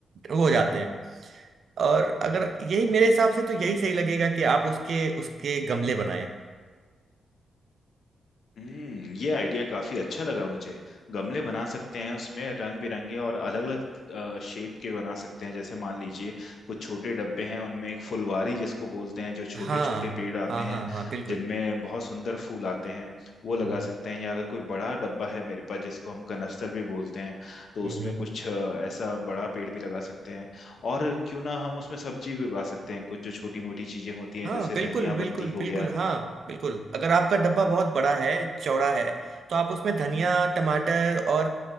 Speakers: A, on the right; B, on the left.
A: वो हो जाते हैं और अगर यही मेरे हिसाब से तो यही सही लगेगा कि आप उसके उसके गमले बनाएं
B: हम्म ये आइडिया काफी अच्छा लगा मुझे गमले बना सकते हैं उसमें रंग बिरंगे और अलग अलग शेप के बना सकते हैं जैसे मान लीजिए कुछ छोटे डब्बे हैं उनमें एक फुलवारी जिसको बोलते हैं जो छोटे
A: हाँ
B: छोटे पेड़ आते
A: हाँ
B: हैं
A: हाँ हाँ बिल्कुल
B: जिनमें बहुत सुंदर फूल आते हैं वो लगा
A: हम्म
B: सकते हैं या अगर कोई बड़ा डब्बा है मेरे पास जिसको हम कनस्तर भी बोलते हैं तो
A: हम्म
B: उसमें
A: हम्म।
B: कुछ अ, ऐसा बड़ा पेड़ भी लगा सकते हैं और क्यों ना हम उसमें सब्जी भी उगा सकते हैं कुछ जो छोटी मोटी चीजें होती हैं
A: हाँ
B: जैसे
A: बिल्कुल
B: धनिया
A: बिल्कुल
B: पत्ती हो
A: बिल्कुल
B: गया
A: हाँ बिल्कुल अगर आपका डब्बा बहुत बड़ा है चौड़ा है तो आप उसमें धनिया टमाटर और अ,